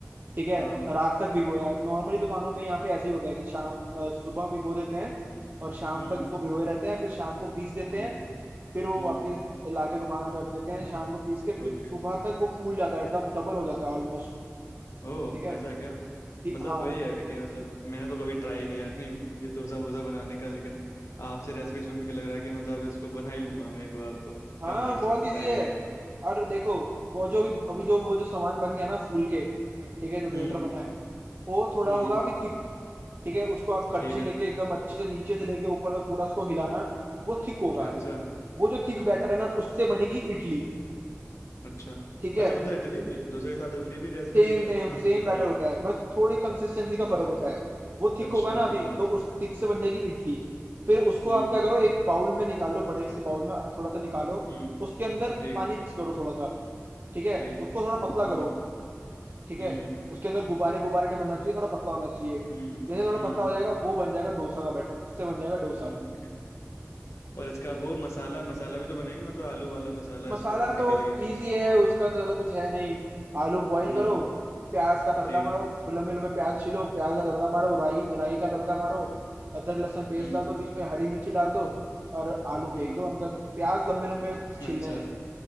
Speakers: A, on the right; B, on the left.
A: ठीक है
B: हाँ
A: रात तक भिगोया नॉर्मली दुकानों में यहाँ पे ऐसे ही होता है कि शाम अ, सुबह भिगो देते हैं और शाम
B: हम्म
A: तक उसको भिगोए रहते हैं फिर शाम को पीस देते
B: हम्म
A: हैं फिर वो
B: हम्म
A: वापस लाके दुकान पे रख देते हैं शाम को पीस के फिर
B: ओके
A: सुबह तक वो फूल जाता है एकदम डबल हो जाता है ऑलमोस्ट
B: ओह
A: ठीक है
B: ऐसा है क्या
A: ठीक
B: मतलब
A: हाँ
B: वही है कि मतलब मैंने तो कभी ट्राई किया नहीं ये डोसा वोसा बनाने का लेकिन आपसे रेसिपी सुन के लग रहा है कि मतलब इसको बना ही लूंगा मैं एक बार तो
A: हाँ
B: कल परसों
A: बहुत इजी
B: ट्राई करूंगा
A: है और देखो वो जो भी अभी जो वो जो सामान बन गया ना फूल के ठीक है जो बेटर
B: हम्म
A: बना है वो थोड़ा
B: हम्म
A: होगा अभी थिक ठीक है उसको आप कच्ची
B: ठीक है
A: लेके एकदम अच्छे से नीचे से लेके ऊपर तक पूरा उसको हिलाना वो थिक होगा
B: अच्छा
A: वो जो थिक बैटर है ना उससे बनेगी इडली
B: अच्छा
A: ठीक
B: अच्छा
A: है
B: मतलब इडली भी डोसे के साथ इडली भी रेसिपी
A: सेम
B: दे दिया
A: सेम
B: हाँ
A: सेम
B: सही
A: बैटर
B: है
A: होता है बस थोड़ी कंसिस्टेंसी
B: ठीक
A: का फर्क होता है वो थिक
B: अच्छा
A: होगा ना अभी
B: हाँ
A: तो उस थिक से बन जाएगी इडली फिर उसको
B: हम्म
A: आप क्या करो एक बाउल में निकालो बड़े से बाउल में थोड़ा सा निकालो
B: हम्म
A: उसके अंदर
B: ठीक
A: पानी
B: है
A: मिक्स करो थोड़ा सा ठीक है
B: ठीक है
A: उसको थोड़ा पतला करो
B: हम्म
A: ठीक है
B: हम्म
A: उसके अंदर गुब्बारे गुब्बारे नहीं बनना चाहिए थोड़ा पतला होना चाहिए
B: हम्म
A: जैसे थोड़ा
B: हम्म
A: पतला हो जाएगा वो बन जाएगा डोसा का बैटर उससे बन जाएगा डोसा
B: ओके और इसका वो मसाला मसाला भी तो बनाएंगे मतलब आलू वाला मसाला
A: मसाला
B: इसको भरने
A: तो
B: के लिए
A: इजी है उसका तो ज्यादा कुछ है नहीं आलू बॉईल
B: हम्म
A: करो प्याज का तड़का
B: ठीक
A: मारो
B: है
A: लंबे लंबे प्याज छीलो प्याज का तड़का मारो राई राई का तड़का मारो अदरक लहसुन पेस्ट
B: हम्म
A: डाल दो बीच में हरी मिर्ची डाल दो और आलू
B: हम्म
A: फेंक दो अंदर प्याज लंबे लंबे छीलने
B: अच्छा
A: हैं